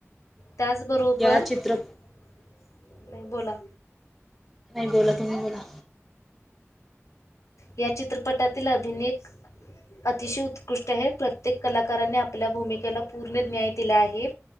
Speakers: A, on the left (about 80°); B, in the centre.
A: त्याचबरोबर
B: या चित्र
A: <unintelligible> बोला
B: नाही बोला तुम्ही बोला
A: या चित्रपटातील अभिनेक अतिशय उत्कृष्ट आहे प्रत्येक कलाकारांने आपल्या भूमिकेला पूर्ण न्याय दिला आहे.